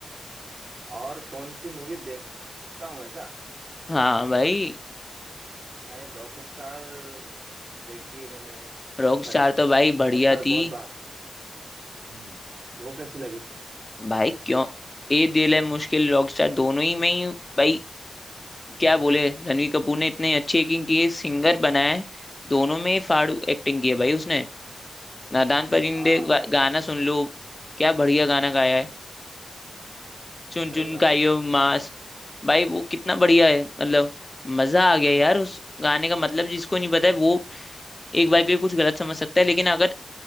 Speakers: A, on the right; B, on the left.
A: और कौन सी मूवी देखता हूँ ऐसा
B: हाँ भाई
A: भाई रॉक स्टार देखी है मैंने बहुत
B: रॉकस्टार
A: सारी
B: तो भाई
A: बहुत
B: बढ़िया
A: सारी
B: थी
A: बहुत बार हम्म वो कैसी लगी थी
B: भाई क्यों ए दिल है मुश्किल रॉकस्टार दोनों ही में ही भाई क्या बोले रणवीर कपूर ने इतने अच्छे एक्टिंग की है सिंगर बना है दोनों में ही फाड़ू एक्टिंग की है भाई उसने नादान परिंदे
A: हाँ
B: गा-
A: भाई
B: गाना सुन लो क्या बढ़िया गाना गाया है चुन
A: सही
B: चुन
A: बात
B: खाइयो
A: है भाई
B: मांस भाई वो कितना बढ़िया है मतलब मजा आ गया यार उस गाने का मतलब जिसको नहीं पता है वो एक बार के लिए कुछ गलत समझ सकता है लेकिन अगर